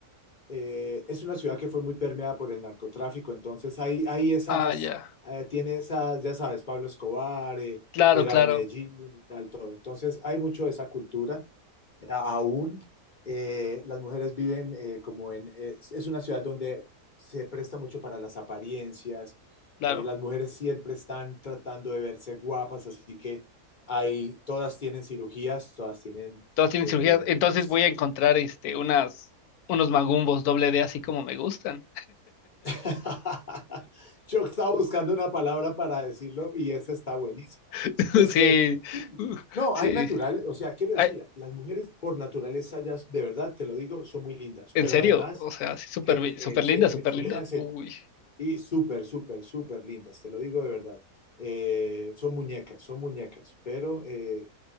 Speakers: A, on the left (about 35°); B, on the left (about 85°).
A: eh, es una ciudad que fue muy permeada por el narcotráfico, entonces hay, hay esas,
B: Ah, ya.
A: eh, tiene esas, ya sabes, Pablo Escobar, eh,
B: Claro,
A: era
B: claro,
A: de Medellín, entonces hay mucho de esa cultura A- aún. eh, las mujeres viven eh, como en, es, es una ciudad donde se presta mucho para las apariencias,
B: claro.
A: eh, las mujeres siempre están tratando de verse guapas, así que hay, todas tienen cirugías, todas tienen,
B: Todas tienen
A: eh,
B: cirugías. Entonces
A: pues,
B: voy a encontrar este unas unos magumbos doble D así como me gustan.
A: <laughs> Yo estaba buscando una palabra para decirlo y esa está buenísima.
B: <laughs>
A: Este,
B: Sí,
A: sí,
B: uh,
A: no,
B: sí.
A: hay naturales, o sea, quiero
B: Ay,
A: decir, las mujeres por naturaleza, ya de verdad, te lo digo, son muy lindas,
B: en
A: pero
B: serio,
A: además
B: o sea, sí, súper bi-
A: eh,
B: súper
A: se,
B: linda, súper
A: se chulean,
B: linda.
A: se,
B: Uy,
A: y súper, súper, súper lindas, te lo digo de verdad. Eh, son muñecas, son muñecas, pero eh,